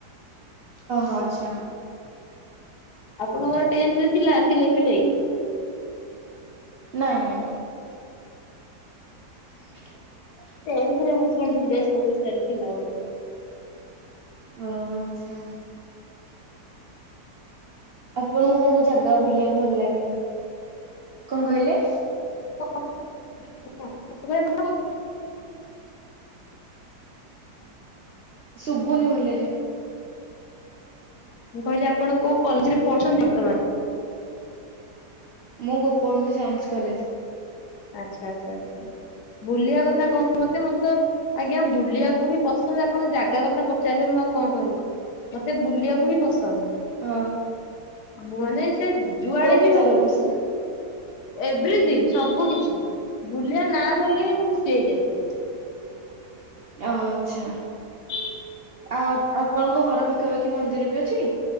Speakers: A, on the right; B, on the left.
A: ଅ ହ ଆଚ୍ଛା।
B: ଆପଣଙ୍କର ଟେନ୍ଥ ରେ ଥିଲା ସିଲେଇ ଫିଲେଇ।
A: ନାଇଁ ନାଇଁ। ହଁ। <inaudible>
B: ଟେନ୍ଥ ରେ ମୁଁ ଶୁଣିଥିଲି ଏ ସବୁ ବିଷୟରେ ଥିଲା ବୋଲି।
A: ଓହୋ ଆଛା। ଆପଣଙ୍କୁ କୋଉ କୋଉ ଜାଗା ବୁଲିବାକୁ ଭଲ ଲାଗେ, କଣ କହିଲେ।
B: ହ <unintelligible>
A: ଶୁଭୁନି ଭଲରେ।
B: ମୁଁ କହିଲି ଆପଣ କୋଉ କଲେଜରେ ପଢ଼ୁଛନ୍ତି ବର୍ତ୍ତମାନ।
A: ମୁଁ ଗୋପବନ୍ଧୁ ସାଇନ୍ସ କଲେଜ।
B: ଆଚ୍ଛା ଆଚ୍ଛା ଆଚଛା ବୁଲିବା କଥା କହୁଛି ମତେ ମତେ ତ। ଆଜ୍ଞା ବୁଲିବାକୁ ହିଁ ପସନ୍ଦ ଆପଣ ଜାଗା କଥା ପଚାରିଲେ ମୁଁ ଆଉ କଣ କହିବି। ମତେ ବୁଲିବାକୁ ହିଁ ପସନ୍ଦ।
A: ଅ।
B: ମାନେ ସେ ଯୁଆଡେ
A: କୋଉ
B: ବି ହଉ।
A: ଜାଗା ପସନ୍ଦ?
B: ଏଭ୍ରିଥିଙ୍ଗ ସବୁ କିଛି ବୁଲିଆ ନା ଧରିଲେ ହିଁ ମୁଁ ଖୁସି ହେଇଯାଏ।
A: ଅ ହ ଆଛା।
B: ଏ <inaudible>
A: ଆଉ ଆପଣଙ୍କ ଘର ପାଖା ପାଖି ମନ୍ଦିର ବି ଅଛି।